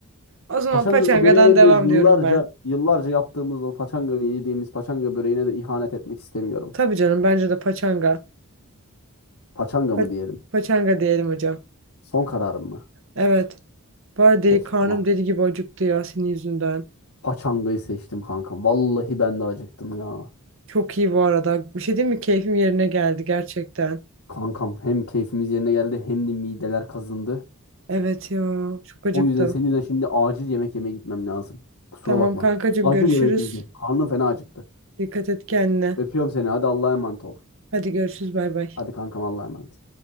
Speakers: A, on the right (about 60°); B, on the left (about 75°).
A: O zaman
B: Paçanga
A: paçangadan
B: böreğine
A: devam
B: de yıllarca
A: diyorum ben.
B: yıllarca yaptığımız o paçanga yediğimiz paçanga böreğine de ihanet etmek istemiyorum.
A: Tabii canım bence de paçanga.
B: Paçanga
A: Pa-
B: mı diyelim?
A: paçanga diyelim hocam.
B: Son kararım mı?
A: Evet. Baya deli,
B: Peki
A: karnım
B: tamam.
A: deli gibi acıktı ya senin yüzünden.
B: Paçangayı seçtim kankam. Vallahi ben de acıktım ya.
A: Çok iyi bu arada. Bir şey değil mi? Keyfim yerine geldi gerçekten.
B: Kankam hem keyfimiz yerine geldi hem de mideler kazındı.
A: Evet ya. Çok acıktım.
B: O yüzden senin yüzünden şimdi acil yemek yemeye gitmem lazım. Kusura
A: Tamam
B: bakma.
A: kankacığım
B: Acil
A: görüşürüz.
B: yemek yiyeceğim. Karnım fena acıktı.
A: Dikkat et kendine.
B: Öpüyorum seni. Hadi Allah'a emanet ol.
A: Hadi görüşürüz bay bay.
B: Hadi kankam Allah'a emanet.